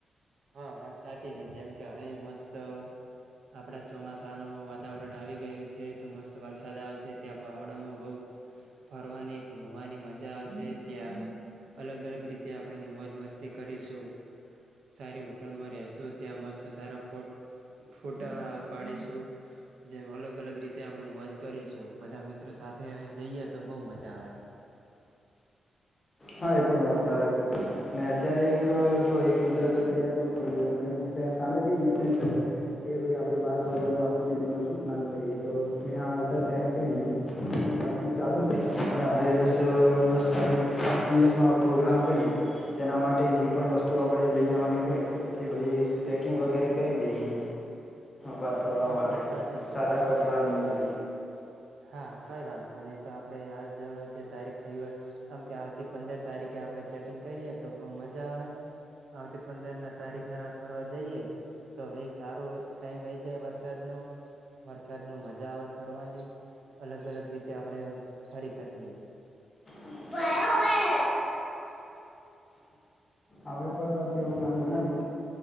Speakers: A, on the right; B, on the left.
A: હા વાત સાચી છે જેમ કે હવે મસ્ત આપણા ચોમાસાનું વાતાવરણ આવી ગયું છે તો મસ્ત વરસાદ આવશે ત્યાં પહાડોમાં બહુ ફરવાની ઘુમવાની મજા આવશે ત્યાં અલગ અલગ રીતે આપણે મોજ મસ્તી કરીશું સારી હોટલમાં રહેશું ત્યાં મસ્ત સારા ફ ફોટા પાડીશું જેમ અલગ અલગ રીતે આપડે મોજ કરીશું બધા મિત્રો સાથે સાથે જઈએ તો બહુ મજા આવે
B: હા એ પણ વાત સાર કરી ને અત્યારે એક
A: હા
B: જો એક મિત્ર તો તૈયાર પણ એ ગ મને પ સામેથી જ મેસેજ થયો કે ભાઈ આપણે બહાર
A: હા
B: ફરવા જવં છેીએ તો શું પ્લાન કરીએ તો મેં આને કહી દીધું બસ વાતચીત ચાલુ છે અને હવે દસ
A: હા હા
B: બસ કરી દિવસમાં પ્રોગ્રામ કરીએ તેના માટે જે પણ
A: હા
B: વસ્તુ આપણે લઈ જવાની હોય તે બધી પેકિંગ
A: હા
B: વગેરે કરી દઈએ બહાર ફરવા
A: હા
B: માટે
A: વાત સાચી છે
B: સાદા કપડાંની ઉગર
A: હા કઈ વાંધો ન તો આપડે આજ જે તારીખ થય હોય આમકે આવતી પંદર તારીખે આપડે સેટિંગ કરીએે તો મજા આવે આવતી પંદર ના તારીખ ના ફરવા જઈએ તો ભ સારું ટાઈમ આઈ જાય વરસાદ વરસાદમાં મજા આવે ફરવાની અલગ અલગ રીતે આપણે ફરી શકીએ
B: બયા હો આપણે પણ એવો પ્લાન બનાવી